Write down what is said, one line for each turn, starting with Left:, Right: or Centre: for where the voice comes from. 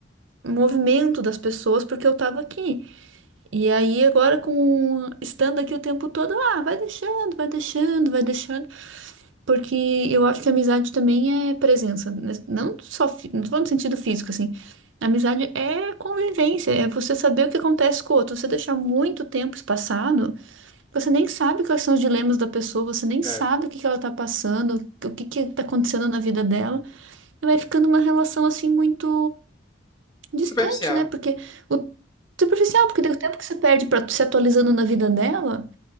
Right: um movimento das pessoas porque eu estava aqui. E aí agora com estando aqui o tempo todo, ah, vai deixando, vai deixando, vai deixando. Porque eu acho que amizade também é presença, né? não só, fi- não tô falando no sentido físico, assim. Amizade é convivência, é você saber o que acontece com o outro. Você deixar muito tempo espaçado, você nem sabe quais são os dilemas da pessoa, você nem sabe
Left: É, é.
Right: o que que ela tá passando, o que que tá acontecendo na vida dela. E vai ficando uma relação, assim, muito distante,
Left: Superficial.
Right: né? Porque o superficial, porque deu tempo que você perde pra se atualizando na vida dela.